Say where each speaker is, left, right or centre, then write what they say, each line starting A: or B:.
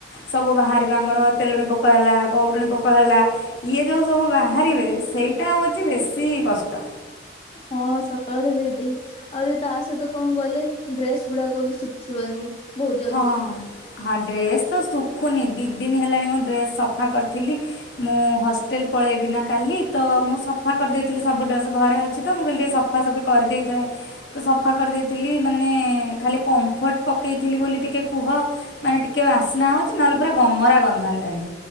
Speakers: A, on the left; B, on the left.
A: ସବୁ ବାହାରିବା ଆମର ତେଲୁଣି ପୋକ ହେଲା ଗଡ଼ୁଣୀ ପୋକ ହେଲା ଇଏ ଯେଉଁ ସବୁ ବା ବାହାରିବେ ସେଇଟା ହେଉଚି ବେଶୀ କଷ୍ଟ।
B: ହଁ ସତ କଥା ଦିଦି ଆହୁରି ତା ସହିତ କଣ ଗଲେ ଡ୍ରେସ ଗୁଡାକ ବି ଶୁଖିବନି। ବହୁତ ଜଲଦି।
A: ହଁ ହଁ ଡ୍ରେସ୍ ତ ଶୁଖୁନି ଦି'ଦିନି ହେଲାଣି ମୁଁ ଡ୍ରେସ୍ ସଫା କରିଥିଲି ମୁଁ ହଷ୍ଟେଲ ପ ପଳେଇବି ନା କାଲି ତ ମୁଁ ସଫା କରିଦେଇଥିଲି ସବୁ ଡ୍ରେସ୍ ଘରେ ଅଛି ତ ମୁଁ କହିଲି ଟିକିଏ ସଫାସଫି କରିଦେଇଥାଏ। ତ ସଫା କରିଦେଇଥିଲି ମାନେ ଖାଲି କମ୍ଫର୍ଟ ପକେଇ ଥିଲି ବୋଲି ଟିକେ କୁହ ମାନେ ଟିକେ ବାସ୍ନା ହଉଛି ନହେଲେ ପୁରା ଗମରା ଗନ୍ଧାନ୍ତାଣି।